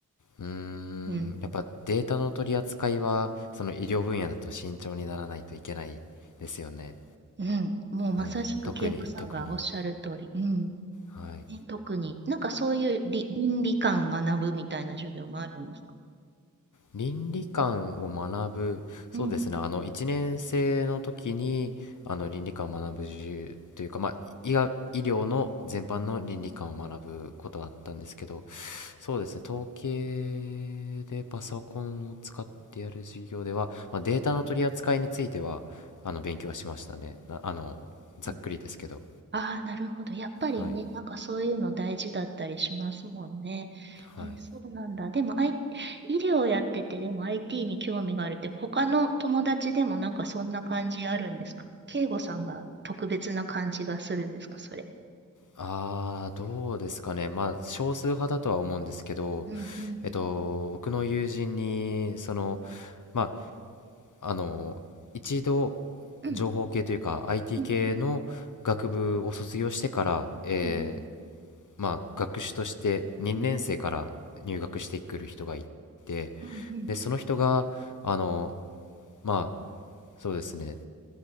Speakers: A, on the left; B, on the right.
A: うーん、
B: うん。
A: やっぱデータの取り扱いは、その医療分野だと慎重にならないといけないですよね。
B: うん。もうまさしく慶吾さんがおっしゃる通り。
A: うん、特に、特に。
B: うん。
A: はい。
B: ね、特に、なんかそういうり倫理観学ぶみたいな授業もあるんですか
A: 倫理観を学ぶ、そうですね、
B: うん。
A: あの1年生の時にあの倫理観を学ぶ授業というか、まあ、医学、医療の全般の倫理観を学ぶことはあったんですけど、そうですね、統計でパソコンを使ってやる授業では、まあ、データの取り扱いについてはあの勉強はしましたね。なあのざっくりですけど。
B: うんああ、なるほど。やっぱりね、
A: はい。
B: なんかそういうの大事だったりしますもんね。
A: はい。
B: えーそうなんだ。でも、I、医療やってて、でも IT に興味があるって、他の友達でもなんかそんな感じあるんですか慶吾さんが特別な感じがするんですか、それ。
A: ああ、どうですかね。まあ、少数派だとは思うんですけど、
B: うんうん
A: えっと、僕の友人に、その、まあ、あの、一度、
B: うん
A: 情報系というか、IT
B: うんうん
A: 系の学部を卒業してから、えー
B: うん
A: まあ、学士として2年生から入学してくる人がいて、
B: うんうんうん
A: で、その人が、あの、まあ、そうですね、